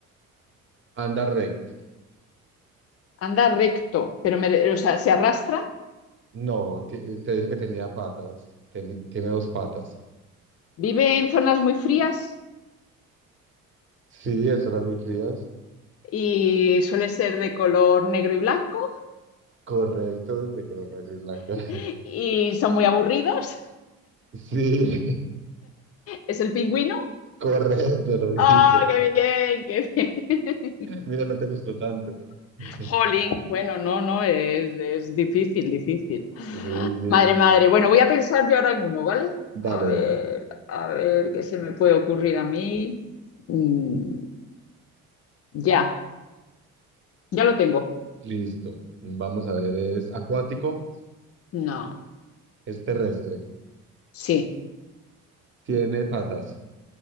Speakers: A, on the right (about 30°); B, on the left (about 35°).
A: Anda recto.
B: Anda recto, pero me- o sea, se arrastra.
A: No, te, eh, te dije que tenía patas. Ten- tiene dos patas.
B: ¿Vive en zonas muy frías?
A: Sí, eso las muy crías.
B: Y suele ser de color negro y blanco
A: Correcto, de color negro y blanco.
B: <laughs>
A: <laughs>
B: y son muy aburridos.
A: Sí,
B: ¿Es el pingüino?
A: <laughs> correcto, lo dijiste.
B: ¡Oh, qué bien, qué bien!
A: Mira, no te costó tanto.
B: <laughs>
A: <laughs>
B: Jolín. Bueno, no, no, es, es difícil, difícil.
A: Sí, sí.
B: Madre, madre. Bueno, voy a pensar yo ahora en uno, ¿vale?
A: Dale,
B: A ver,
A: Débora.
B: a ver qué se me puede ocurrir a mí. Mm, ya, ya lo tengo.
A: Listo. Vamos a ver, es acuático,
B: No,
A: es terrestre.
B: sí,
A: Tiene patas.